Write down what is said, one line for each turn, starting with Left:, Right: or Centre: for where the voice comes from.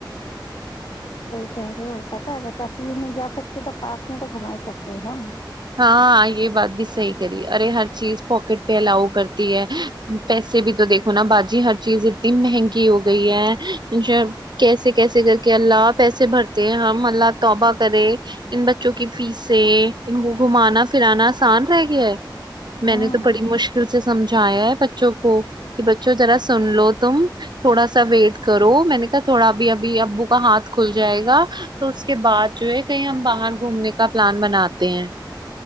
Left: کہہرے ہو پتا ہےا کشمیر نہیں جا سکتے تو پاس میں تو گھما ہی سکتے ہیں ہم
Right: ہاں یہ بات بھی صحیح کری ارے ہر چیز پواکٹ پہ الاؤ کرتی ہے پیسے بھی تو دیکھو نا باجی ہر چیز اتنی مہنگی ہو گئی ہےاء کیسے کیسے کر کے اللہ آپ پیسے بھرتے ہیں ہم اللہ توبہ کرے ان بچوں کی فیسیں گھمانا پرانا آسان رہ گیا ہے میں
Left: ہوں
Right: نے تو بڑی مشکل سے سمجا آیا ہے بچوں کو کہ بچوں ذرا سن لو تو تم تھوڑا سا ویٹ کرو میں نے کہا تھوڑا اب ابھی ابو کا ہاتھ کھل جائے گا تو اس کے بعد جو ہے کہیں ہم باہر گھومنے کا پلان بناتے ہ <inaudible> <unintelligible>